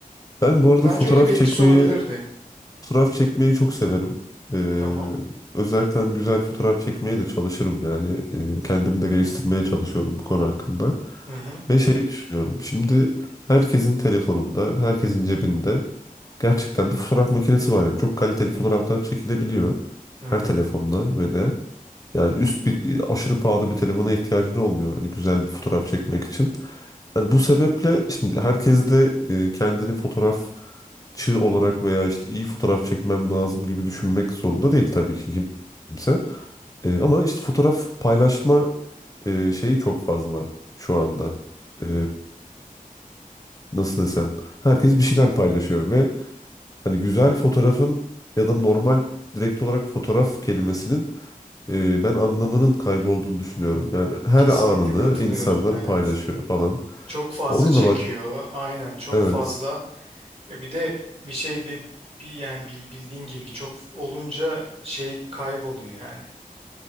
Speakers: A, on the left; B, on the right.
A: Ben bu arada
B: Bence
A: fotoğraf
B: öyle bir etkisi
A: çekmeyi
B: olabilirdi.
A: Fotoğraf çekmeyi çok severim. Ee,
B: Tamam.
A: özellikle hani güzel fotoğraf çekmeye de çalışırım yani. Ee, kendimi de geliştirmeye çalışıyorum bu konu hakkında.
B: Hı hı.
A: Ve şeyi düşünüyorum. Şimdi herkesin telefonunda, herkesin cebinde gerçekten bir fotoğraf makinesi var. Yani çok kaliteli fotoğraflar çekilebiliyor.
B: Hı
A: Her
B: hı.
A: telefonla ve de. Yani üst bir aşırı pahalı bir telefona ihtiyacın olmuyor. Hani güzel bir fotoğraf çekmek için. Yani bu sebeple şimdi herkes de e, kendini fotoğrafçı olarak veya işte iyi fotoğraf çekmem lazım gibi düşünmek zorunda değil tabii ki kimse. E, ama işte fotoğraf paylaşma e, şeyi çok fazla şu anda. E, nasıl desem? Herkes bir şeyler paylaşıyor ve hani güzel fotoğrafın ya da normal direkt olarak fotoğraf kelimesinin e, ben anlamının kaybolduğunu düşünüyorum. Yani her
B: Kesinlikle
A: anını
B: katılıyorum
A: insanlar
B: evet.
A: paylaşıyor falan.
B: Çok fazla
A: Onu
B: çekiyor.
A: da bak
B: Aynen çok
A: evet
B: fazla. Ya bir de bir şey de bir yani bil- bildiğin gibi çok olunca şey kayboluyor yani.